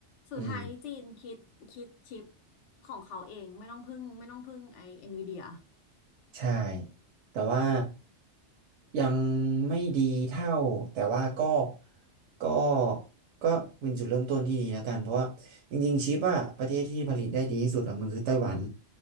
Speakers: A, on the left; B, on the right.
A: สุดท้ายจีนคิดคิดชิป
B: อืม
A: ของเขาเองไม่ต้องพึ่งไม่ต้องพึ่งไอเอ็นวีเดีย
B: ใช่แต่ว่ายังไม่ดีเท่าแต่ว่าก็ก็ก็เป็นจุดเริ่มต้นที่ดีแล้วกันเพราะว่าจริงๆชิปอะประเทศที่ผลิตได้ดีที่สุดอะมันคือไต้หวัน